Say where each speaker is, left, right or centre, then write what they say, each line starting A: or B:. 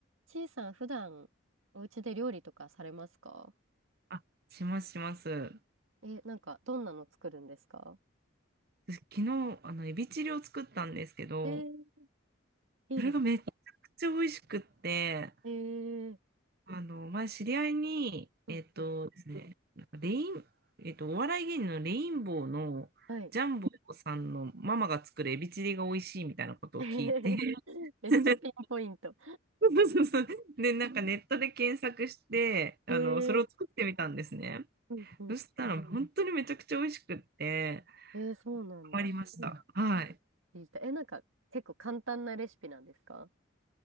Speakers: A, on the right (about 85°); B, on the right (about 50°).
A: ちいさん、普段、お家で料理とかされますか
B: あ、しますします。
A: え、なんか、どんなの作るんですか
B: 私昨日、あの、エビチリを作ったんですけど、
A: えー、いいですね。
B: それがめちゃくちゃ美味しくって、
A: えー、
B: あの、前知り合いに、
A: うん、
B: えっとですね、
A: うん。
B: なんかレイン、えっと、お笑い芸人のレインボーのジャンボさんのママが作るエビチリが美味しいみたいなことを聞いて、
A: はい。<laughs> めっちゃピンポイント。
B: <laughs> そうそうそう。で、なんかネットで検索して、あの、
A: えー、
B: それを作ってみたんですね。
A: うん、うん。
B: そしたら本当にめちゃくちゃ美味しくって、
A: えー、そうなんだ。
B: ハマりました。
A: 初めて
B: はい。
A: 聞いた。え、なんか、結構簡単なレシピなんですか